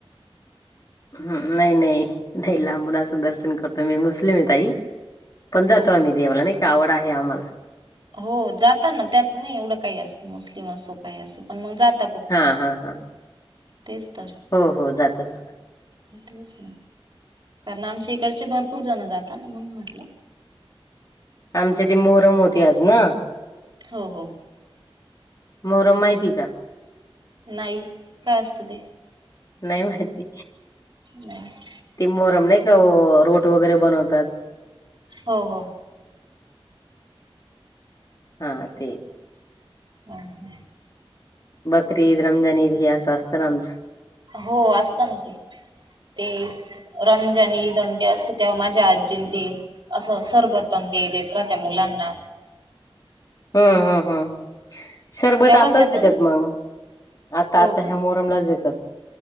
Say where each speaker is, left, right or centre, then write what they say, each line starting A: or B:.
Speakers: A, on the left; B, on the right.
A: हम्म नाही नाही नाही लांबुन असं दर्शन करतो, मी मुस्लिम आहे ताई. पण
B: हो
A: जातो आम्ही देवाला नाही का आवड आहे आम्हाला.
B: हो जाता ना त्यात नाही एवढं काही असं मुस्लिम असं काही असो पण मग जात
A: हा हा हा
B: तेच तर
A: हो हो जातो जातो.
B: तेच ना कारण आमच्या इकडचे भरपूर जण जातात ना म्हणून म्हटलं.
A: आमची ती मोहरम होती आज ना.
B: हो हो.
A: मोर माहिती का.
B: नाही काय असत ते.
A: नाही माहिती
B: नाही
A: ती मोरम नाही. रोट वगैरे बनवतात.
B: हो हो.
A: हा ते.
B: हम् हम.
A: खरीद रम जनी धिया शास्त्रम.
B: हो असत ना ते ते रमजान ईदन ते अस. तेव्हा माझ्या आजीं ते असं सरबत ते देत राह त्या मुलांना.
A: हम्म हम्म हम्. शरबत
B: तेव्हाच
A: आताच
B: देता
A: देतात
B: ना
A: मग आता
B: हो
A: आता
B: का
A: ह्या मोहरमलाच देतात.